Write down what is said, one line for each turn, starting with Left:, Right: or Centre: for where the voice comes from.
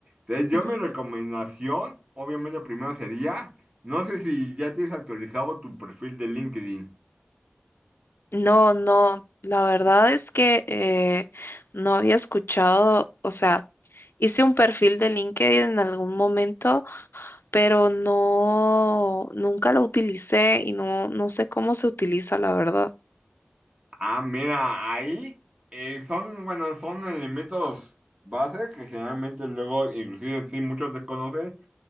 Right: Entonces, yo
Left: Ujú.
Right: mi recomendación, obviamente, primero sería, no sé si ya tienes actualizado tu perfil de LinkedIn.
Left: No, no, la verdad es que eh, no había escuchado, o sea, hice un perfil de LinkedIn en algún momento pero no, nunca lo utilicé y no, no sé cómo se utiliza, la verdad.
Right: Ah, mira, ahí eh, son, bueno, son elementos base que generalmente luego, inclusive, sí, muchos desconocen.